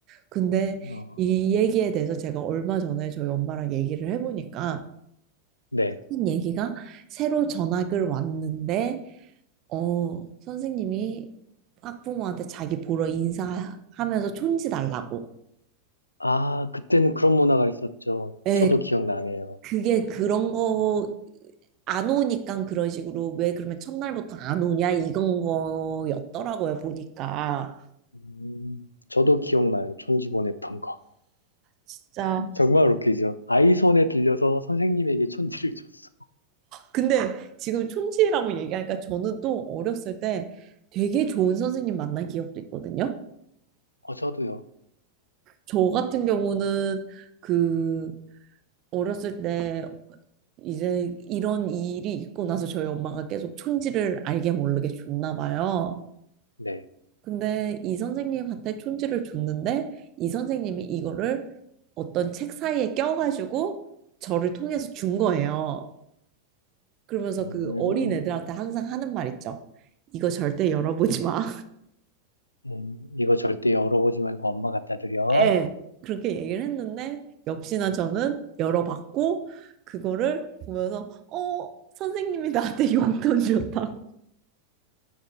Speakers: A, on the right (about 35°); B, on the left (about 80°).
A: 근데
B: 아,
A: 이 얘기에 대해서 제가 얼마 전에 저희 엄마랑 얘기를 해보니까
B: 네.
A: 한 얘기가 새로 전학을 왔는데, 어, 선생님이 학부모한테 자기 보러 인사하면서 촌지 달라고.
B: 아, 그때는 그런 문화가 있었죠.
A: 예,
B: 저도 기억나네요.
A: 그게 그런 거 안 오니까 그런 식으로 왜 그러면 첫날부터 안 오냐 이건 거였더라고요, 보니까.
B: 음, 저도 기억나요. 촌지 보냈던 거.
A: 진짜.
B: <laughs> 정말 웃기죠. 아이 손에 들려서 선생님에게 촌지를 줬어.
A: 근데 지금 촌지라고 얘기하니까 저는 또 어렸을 때 되게 좋은 선생님 만난 기억도 있거든요.
B: 어, 저도요.
A: 저 같은 경우는 그 어렸을 때 이제 이런 일이 있고 나서 저희 엄마가 계속 촌지를 알게 모르게 줬나 봐요.
B: 네.
A: 근데 이 선생님한테 촌지를 줬는데 이 선생님이 이거를 어떤 책 사이에 껴가지고 저를 통해서 준 거예요. 그러면서
B: 음,
A: 그 어린 애들한테 항상 하는 말 있죠. 이거 절대 열어보지 마.
B: 음, 이거 절대 열어보지 말고 엄마 갖다 드려.
A: <laughs> 예. 그렇게 얘기를 했는데 역시나 저는 열어봤고 그거를 보면서 어 선생님이 나한테 용돈 줬다.